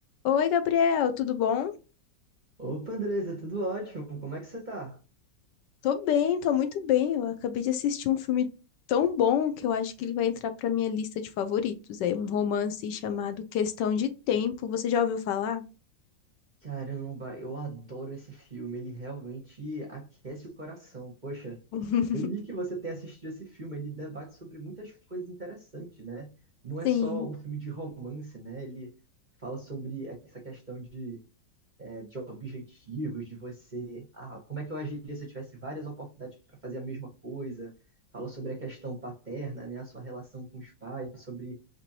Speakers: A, on the left; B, on the right.
A: Oi, Gabriel, tudo bom?
B: Opa, Andresa, tudo ótimo? Como é que você tá?
A: Tô bem, tô muito bem. Eu acabei de assistir um filme tão bom que eu acho que ele vai entrar pra minha lista de favoritos. É um romance chamado Questão de Tempo. Você já ouviu falar?
B: Caramba, eu adoro esse filme, ele realmente aquece o coração. Poxa,
A: <laughs>
B: feliz que você tenha assistido esse filme, ele debate sobre muitas coisas interessantes, né? Não
A: Sim.
B: é só um filme de romance, né? Ele fala sobre essa questão de, é, de objetivos, de você, ah, como é que eu agiria se eu tivesse várias oportunidades para fazer a mesma coisa? Fala sobre a questão paterna, né? A sua relação com os pais, sobre